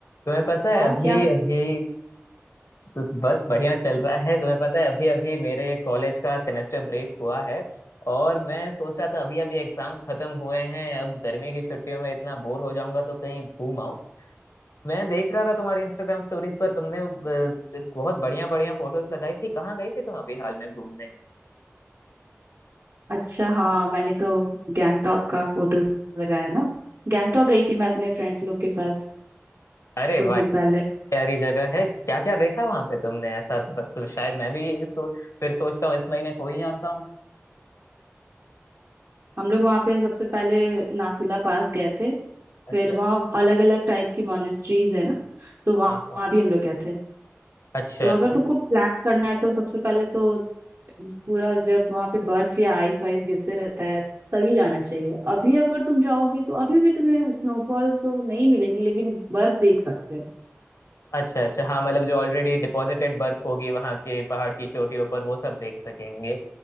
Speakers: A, on the left; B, on the right.
A: तुम्हें पता है
B: और
A: अभी
B: क्या
A: अभी तो बस बढ़िया चल रहा है तुम्हें पता है अभी अभी मेरे कॉलेज का सेमेस्टर ब्रेक हुआ है और मैं सोच रहा था अभी अभी एग्जाम्स खत्म हुए हैं अब गर्मी की छुट्टियों में इतना बोर हो जाऊंगा तो कहीं घूम आऊं मैं देख रहा था तुम्हारे इंस्टाग्राम स्टोरीज पर तुमने अ, बहुत बढ़िया बढ़िया फोटोज लगाई थी कहाँ गई थी तुम अभी हाल में घूमने
B: अच्छा हाँ मैंने तो गैंगटॉक का फोटोज लगाया ना गैंगटॉक गई थी मैं अपने फ्रेंड लोग के साथ
A: अरे
B: कुछ
A: भाई
B: दिन पहले
A: प्यारी जगह है क्या क्या देखा वहां पे तुमने ऐसा ब- तो शायद मैं भी ये सो, फिर सोचता हूँ इस महीने हो ही आता हूँ
B: हम लोग वहाँ पे सबसे पहले नाथुला पास गए थे
A: अच्छा
B: फिर वहाँ अलग अलग टाइप की मोनेस्ट्रीज है ना तो वहाँ
A: हाँ हाँ
B: वहाँ भी हम लोग गए थे
A: अच्छा
B: तो अगर
A: तो
B: तुमको प्लान करना है तो सबसे पहले तो पूरा जब वहाँ पे बर्फ या आइस वाइस गिरते रहता है तभी जाना चाहिए अभी अगर तुम जाओगे तो अभी भी तुम्हें स्नोफॉल तो नहीं मिलेगी लेकिन बर्फ देख सकते हो
A: अच्छा अच्छा हाँ मतलब जो ऑलरेडी डिपॉजिटेड बर्फ होगी वहाँ के पहाड़ की चोटियों पर वो सब देख सकेंगे